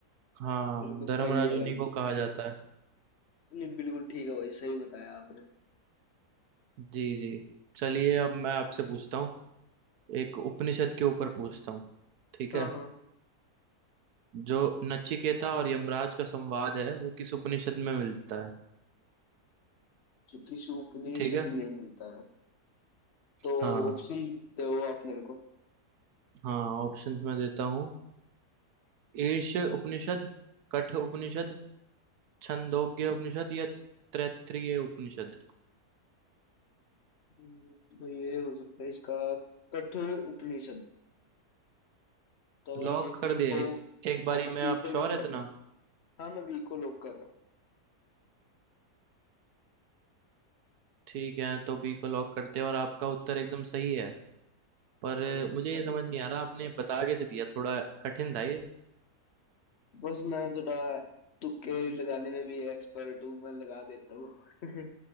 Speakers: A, on the right; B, on the left.
A: हाँ
B: बिल्कुल
A: धर्मराज
B: सही है
A: उन्हीं
B: भाई
A: को कहा जाता है
B: नहीं बिल्कुल ठीक है भाई सही बताया आपने
A: जी जी चलिए अब मैं आपसे पूछता हूँ एक उपनिषद के ऊपर पूछता हूँ ठीक
B: हाँ
A: है
B: हाँ
A: जो नचिकेता और यमराज का संवाद है वो किस उपनिषद में मिलता है
B: जो किस उपनिषद
A: ठीक है
B: में मिलता है तो
A: हाँ
B: ऑप्शन दो आप मेरे को
A: हाँ ऑप्शंस मैं देता हूँ ईर्ष उपनिषद कठ उपनिषद छंदोग्य उपनिषद या तैत्तिरीय उपनिषद
B: हम्म, तो ये हो सकता है इसका कठ उपनिषद तो मैं
A: लॉक
B: ये
A: कर
B: बी
A: दिया
B: को
A: एक एक बारी
B: हाँ मैं
A: में
B: बी
A: आप
B: को
A: श्योर
B: लॉक
A: है
B: कर
A: इतना
B: रहा हूँ हाँ मैं बी को लॉक कर रहा हूँ
A: ठीक है तो बी को लॉक करते हैं और आपका उत्तर एकदम सही है पर
B: चलो
A: मुझे
B: बढ़िया
A: ये समझ नहीं आ रहा आपने बता कैसे दिया थोड़ा कठिन था ये
B: बस मैं थोड़ा तुक्के लगाने में भी एक्सपर्ट हूँ मैं लगा देता हूँ <laughs>